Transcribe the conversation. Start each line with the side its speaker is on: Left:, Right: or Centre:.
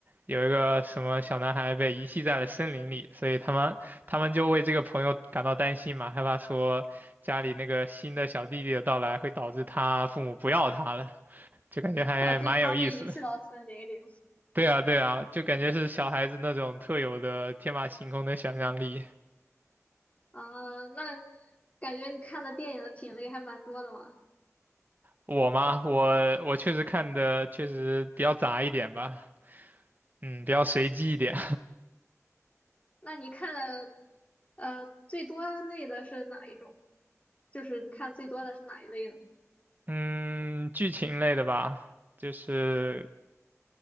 Right: 有一个什么小男孩被遗弃在了森林里，所以他们他们就为这个朋友感到担心嘛，害怕说家里那个新的小弟弟的到来会导致他父母不要他了，就感觉还蛮有意思的。
Left: 导致他被遗弃到森林里。
Right: 对啊，对啊，就感觉是小孩子那种特有的天马行空的想象力。
Left: 啊，那感觉你看的电影的品类还蛮多的嘛。
Right: 我嘛，我我确实看的确实比较杂一点吧，嗯，比较随机一点。
Left: 那你看的呃最多类的是哪一种？就是你看最多的是哪一类呢？
Right: <laughs> 嗯，剧情类的吧，就是